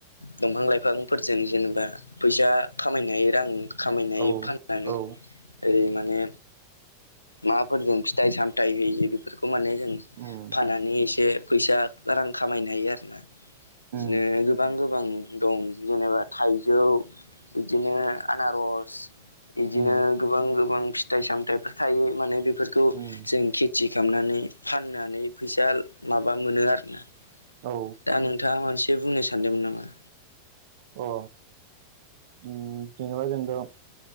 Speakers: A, on the left; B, on the right.
A: दंफां लाइफांफोरजों जेनेबा फैसा खामायनाय रां। खामायनाय
B: औ
A: फाननानै
B: औ
A: ओरै माने। माबाफोरजों फिथाइ सामथाइ होयो बेफोरखौ माने जों
B: उम
A: फाननानै एसे फैसा रां खामायनो हायो आरोना बिदिनो
B: उम
A: गोबां गोबां दं जेनेबा थाइजौ बिदिनो आनारस बिदिनो
B: उम
A: गोबां गोबां फिथाइ सामथाइफोर थायो माने बेफोरखौ
B: उम
A: जोंनिखि खुरथि खालामनानै फाननानै फैसा माबा मोनो आरोना
B: औ
A: दा नोंथाङा मोनसे बुंनो सानदोंमोन नामा?
B: अ ओ जेनेबा जेनेबा